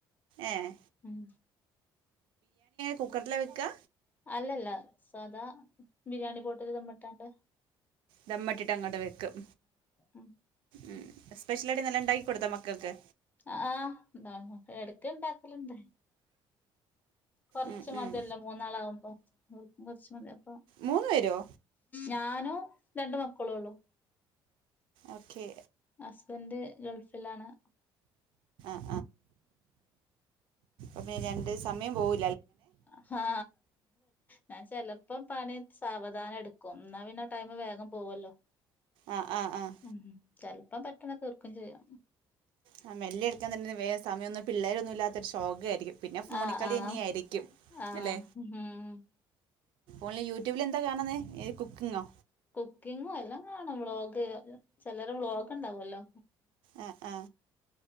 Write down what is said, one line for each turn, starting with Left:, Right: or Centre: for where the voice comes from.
Right: ഏ
Left: ഉം
Right: കുക്കർലാ വെക്കാ
Left: അല്ലല്ല സാദാ ബിരിയാണി പോട്ടിത് ദം ഇട്ടാണ്ട്
Right: ദമ്മട്ടിട്ട് അങ്ങോട്ട് വെക്കും
Left: ഉം
Right: ഉം സ്പെഷ്യലായിട്ട് ഇന്നലെ ഇണ്ടാക്കി കൊടുത്തപ്പം കൊക്കെ
Left: ആഹ് എന്താ എടക്ക് ഇണ്ടാക്കലുണ്ട് കൊറച്ച്
Right: ഉം ഉം
Left: മതിയല്ല മൂന്നാളവുമ്പോ അവർക്കും കൊറച്ച് മതി അപ്പോ
Right: മൂന്ന് പേരോ
Left: ഞാനും രണ്ട് മക്കളുള്ളു
Right: ഓക്കെ
Left: ഹസ്ബൻഡ് ഗൾഫിലാണ്
Right: ആ അപ്പേ രണ്ട് സമേയം പോവു
Left: ഹാ ഞാൻ ചെലപ്പം പണി സാവധാനം എടുക്കും എന്നാ പിന്നെ ടൈമ് വേഗം പോവല്ലോ
Right: ആഹ് ആഹ് ആഹ്
Left: ഉം ചെലപ്പം പെട്ടെന്ന് തീർക്കും ചെയ്യാം
Right: ആ മെല്ലെ എടുക്കാൻ തന്നെ വേസയമൊന്നും പിള്ളേരൊന്നും ഇല്ലാത്തൊരുഷോകേരി ട്ടിക്കും പിന്നെ ഫോണിക്കളി
Left: ആഹ് ആഹ്
Right: ഇങ്ങേയിരിക്കും
Left: ആഹ്
Right: അല്ലെ
Left: ഉം
Right: ഓൺലൈൻ യൂ ട്യൂബിൽ എന്താ കാണുന്നേ കുക്കിങ്ങോ
Left: കുക്കിങ്ങും എല്ലാം കാണും വ്ളോക്കേര് ചെലര വ്ളോഗക്കുണ്ടാവുവല്ലോ
Right: ആ ആ